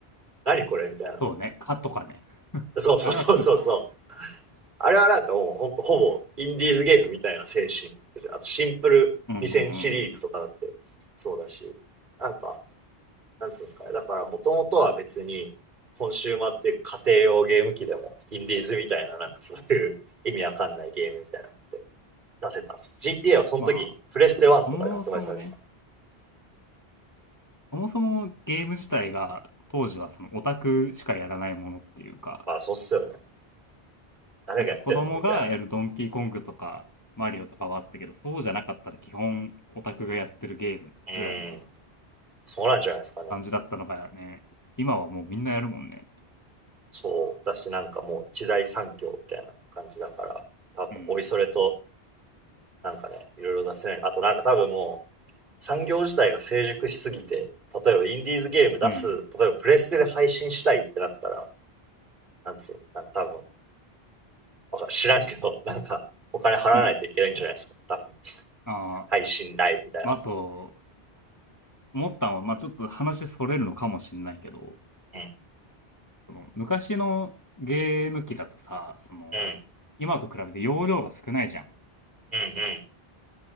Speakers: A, on the right (about 50°); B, on the left (about 20°).
A: 何これみたいな。
B: そうね。かとかね。
A: そうそうそうそうそう。
B: あれは2か。
A: あれはなんかもうほんとほぼインディーズゲームみたいな精神ですよ。あとシンプル2000シリーズとかだってそうだし、
B: うんうんうん。
A: なんか、なんつうんですかね。だからもともとは別にコンシューマーっていう家庭用ゲーム機でもインディーズみたいななんかそういう意味わかんないゲームみたいなのって出せたんですよ。GTA はその時にプレステ1とかで発売されてた。
B: まあ、そもそもね、そもそもゲーム自体が当時はそのオタクしかやらないものっていうか、
A: まあそうっすよね。誰がやってんのみたいな。
B: なんか子供がやるドンキーコングとかマリオとかはあったけど、
A: う
B: そうじゃなかったら基本オタクがやってるゲームぐらいの
A: ーん。そうなんじゃないですかね。
B: 感じだったのがね、今はもうみんなやるもんね。
A: そうだし、なんかもう一大産業みたいな感じだから、多分、
B: うん。
A: おいそれと、なんかね、いろいろ出せない。あとなんか多分もう、産業自体が成熟しすぎて、例えばインディーズゲーム出す、
B: うん。
A: 例えばプレステで配信したいってなったら、なんつうの、なんか多分、わか知らんけど、<laughs> なんか、お金払わないといけないんじゃないですか。
B: うん。
A: 多分、
B: ああ、
A: 配信代みたいな。
B: まあ、あと、思ったのは、まあ、ちょっと話それるのかもしれないけど、
A: うん、
B: その昔のゲーム機だとさ、その、
A: うん、
B: 今と比べて容量が少ないじゃん。
A: うん、